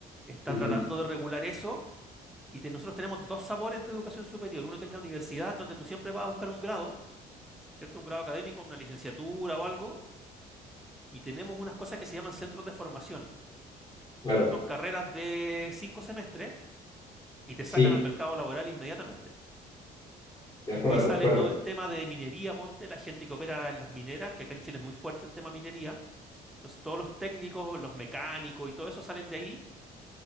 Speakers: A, in the centre; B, on the left.
A: está
B: Ujú,
A: tratando de regular eso y te- nosotros tenemos dos sabores de educación superior. Uno que es la universidad, en donde tú siempre vas a buscar un grado, ¿cierto? Un grado académico, una licenciatura o algo. Y tenemos unas cosas que se llaman centros de formación.
B: Claro,
A: Son carreras de cinco semestres y te sacan
B: sí,
A: al mercado laboral inmediatamente.
B: de acuerdo,
A: Ahí sale
B: de acuerdo.
A: todo el tema de minería, ponte, la gente que opera en las mineras, que acá en Chile es muy fuerte el tema minería. Entonces todos los técnicos, los mecánicos y todo eso salen de ahí